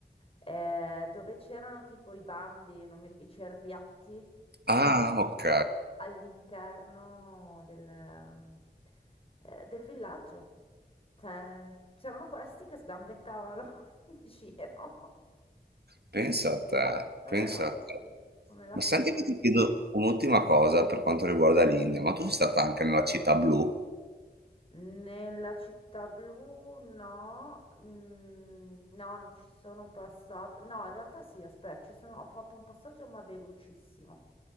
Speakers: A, on the left; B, on the right.
A: eh, dove c'erano tipo i bambi, non mi ricordo, i cerbiatti
B: Ah, ok,
A: all'interno del, eh, del villaggio. Cioè, c'erano questi che sgambettavano <laughs> in giro,
B: pensa
A: Eh,
B: a te,
A: quelle
B: pensa
A: robe
B: a te.
A: lì, come la
B: Ma
A: cucina.
B: senti che ti chiedo un'ultima cosa per quanto riguarda l'India, ma tu sei stata anche nella città blu?
A: Nella città blu no, mm, no, non ci sono passata. No, in realtà sì, aspetta, ci sono- ho fatto un passaggio ma velocissimo.